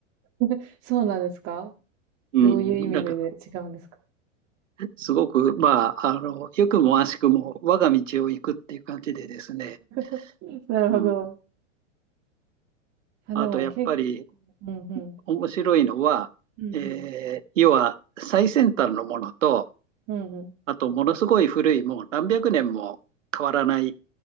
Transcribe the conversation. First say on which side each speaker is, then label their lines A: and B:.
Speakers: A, on the right (about 40°); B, on the right (about 80°).
A: <laughs> そうなんですか
B: <laughs> うん、
A: どういう意味で、
B: なんか
A: で違うんですか
B: すごく、まあ、あの、良くも悪しくも我が道を行くっていう感じでですね、
A: <laughs> なるほど。
B: うん。
A: あ、
B: あと、
A: でも結構、
B: やっぱり
A: うんうん。
B: 面白いのは、
A: うんうん。
B: えー要は最先端のものと、
A: うんうん。
B: あと、ものすごい古い、もう何百年も変わらない